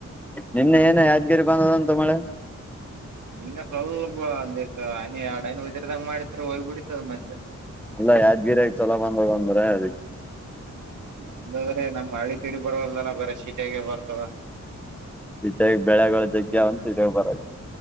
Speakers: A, in the centre; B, on the right.
A: ನಿನ್ನೆ ಏನು ಯಾದ್ಗಿರಿ ಬಂದದಂತು ಮಳೆ
B: ನಿನ್ನ ಸ್ವಲ್ಪ ಒಂದ ಹನಿ ಎರಡುನ ಉದರ್ದಂಗ ಮಾಡಿತ್್ರ ಹೋಗ್ಬ ಬಿಡಿತದ ಮತ್ತೆ
A: ಅಲ್ಲ ಯಾದ್ಗಿರಿಯಾಗಿ ಚಲ ಬಂದದ ಅಂದ್ರೆ ಅದಕ್ಕೆ
B: ಅಲ್ಲಾದ್ರೆ ನಮ್ ಹಳ್ಳಿ ಕಡಿ ಬರದಲ್ಲ ಬೇರೆ ಶೀಟೆಗೆ ಬರ್ತದ
A: ಇ ಬೆಳೆಗಳು ಜಗ್ಗೆ ಒನ್ ಬರ